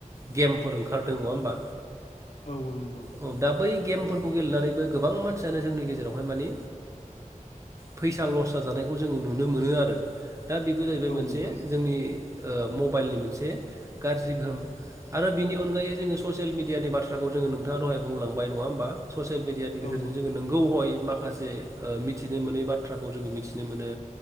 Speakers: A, on the right; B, on the left.
A: गेमफोर ओंखारदों नङा होमबा?
B: औ औ नंगौ
A: औ दा बै गेमफोरखौ। खौ गेलेनानैबो गोबां मानसियानो जोंनि गेजेरावहाय माने फैसा लस जाजानायखौ जोङो नुनो मोनो आरो। दा बेबो जाहैबाय
B: औ
A: मोनसे
B: नंगौ
A: जोंनि ओ मबाइलनि मोनसे गाज्रि गोहोम। आरो बिनि अनगायै जोङो ससियेल मिडियानि बाथ्राखौ जोङो नोंथाङा दहाय बुंलांबाय नङा होमबा? ससियेल मिडियानि गेजेरजों
B: औ
A: जोङो नोंगौ हय। माखासे ओ मिथिनो मोनै बाथ्राखौ जोङो मिथिनो मोनो